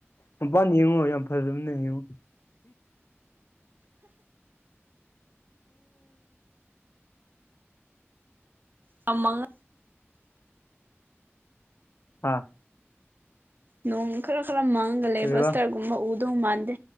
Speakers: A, on the left (about 60°); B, on the right (about 45°).
A: ꯃꯄꯥꯟ ꯌꯦꯡꯉꯣ ꯌꯥꯝ ꯐꯖꯕꯅ ꯌꯦꯡꯉꯣ
B: ꯐꯝꯃꯥꯒ
A: ꯑꯥ
B: ꯅꯣꯡ ꯈꯔ ꯈꯔ ꯃꯪꯉꯒ ꯂꯩꯕ
A: ꯀꯔꯤꯕ
B: ꯏꯁꯇꯥꯔꯒꯨꯝꯕ ꯎꯗꯧ ꯃꯥꯟꯗꯦ